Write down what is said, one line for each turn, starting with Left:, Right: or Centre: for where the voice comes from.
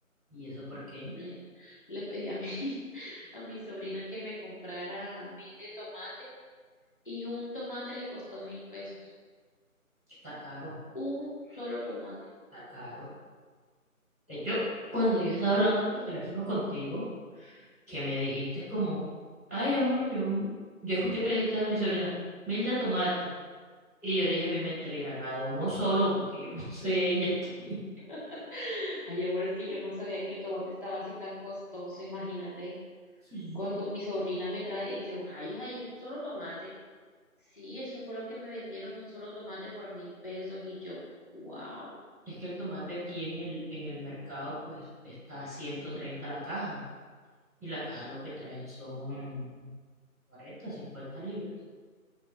Centre: ¿Y eso por qué?
Left: Le, le pedí a mi, <laughs> a mi sobrina que me comprara mil de tomate y un tomate le costó mil pesos.
Centre: Está caro,
Left: Un solo tomate.
Centre: está caro. De hecho, cuando yo estaba hablando por teléfono contigo, que me dijiste es como, ay amor, yo, yo escuché que le dijiste a mi sobrina, Milda tomate. Y yo dije en mi mente, le irán a dar uno solo porque yo no sé ella. <laughs>
Left: <laughs> Ay, amor, es que yo no sabía que el tomate estaba así tan costoso, imagínate.
Centre: Sí.
Left: Cuando mi sobrina me trae y yo, ay, ay, un solo tomate. Sí, eso fue lo que me vendieron, un solo tomate por mil pesos. Y yo, wow,
Centre: Es que el tomate aquí en el, en el mercado pues está a 130 la caja y la caja lo que traen son cuarenta cincuenta libras.